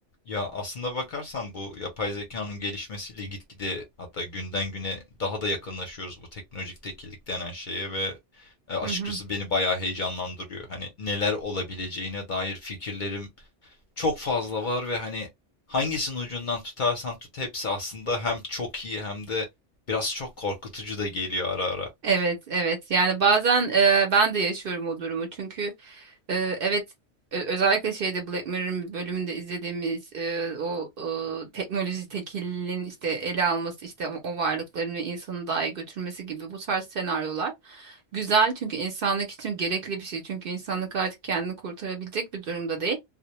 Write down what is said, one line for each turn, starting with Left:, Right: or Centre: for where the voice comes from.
Left: Ya aslında bakarsan bu yapay zekanın gelişmesiyle gitgide hatta günden güne daha da yakınlaşıyoruz bu teknolojik tekillik denen şeye ve e, açıkçası
Right: Hı hı.
Left: beni bayağı heyecanlandırıyor. Hani neler olabileceğine dair fikirlerim çok fazla var ve hani hangisinin ucundan tutarsan tut hepsi aslında hem çok iyi hem de biraz çok korkutucu da geliyor ara ara.
Right: Evet, evet. Yani bazen e, ben de yaşıyorum o durumu. Çünkü e, evet ö- özellikle şeyde Black Mirror'ın bir bölümünde izlediğimiz e, o e, teknoloji tekilinin işte ele alması işte o varlıkların ve insanı dahi götürmesi gibi bu tarz senaryolar güzel çünkü insanlık için gerekli bir şey. Çünkü insanlık artık kendini kurtarabilecek bir durumda değil.